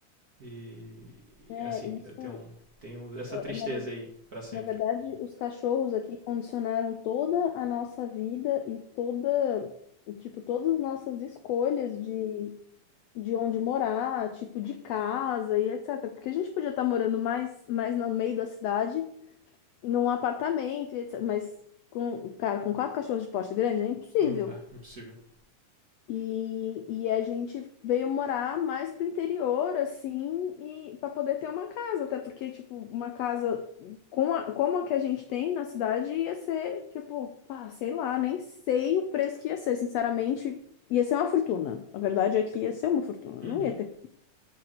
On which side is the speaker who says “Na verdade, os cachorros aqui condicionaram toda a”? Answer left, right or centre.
Left